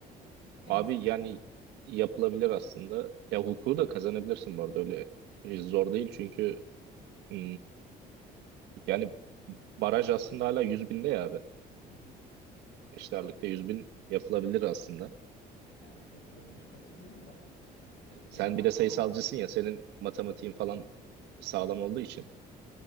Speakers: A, on the left; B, on the right.
A: <laughs> Neyse.
B: Abi yani yapılabilir aslında. Ya hukuku da kazanabilirsin bu arada öyle e, zor değil çünkü hmm, yani baraj aslında hala 100 binde ya abi.
A: Hı hı.
B: İşlerlikte 100 bin yapılabilir aslında.
A: Evet yapılabilir katılıyorum da. Ee, bir
B: Sen
A: zaman
B: bir de sayısalcısın
A: sonra
B: ya senin matematiğin falan sağlam olduğu için